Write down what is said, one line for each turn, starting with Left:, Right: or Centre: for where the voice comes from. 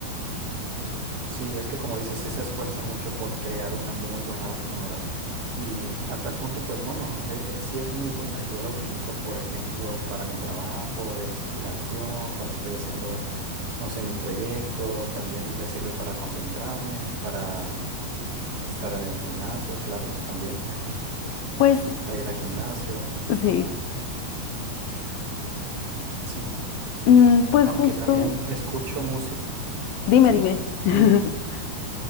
Right: Sí, es que como dices, sí se esfuerzan mucho por crear una muy buena banda sonora y a tal punto, pues bueno, eh, eh, sí es muy buena. Yo la utilizo, por ejemplo, para mi trabajo, de inspiración, cuando estoy haciendo no sé, mi proyecto, también me sirve para concentrarme, para estar en el gimnasio, claro, también <laughs>
Left: pues
Right: para ir al gimnasio.
Left: sí.
Right: Sí,
Left: Mm, pues
Right: aunque
Left: justo,
Right: también escucho música.
Left: dime,
Right: Sí,
Left: dime.
Right: sí,
Left: <laughs>
Right: dime.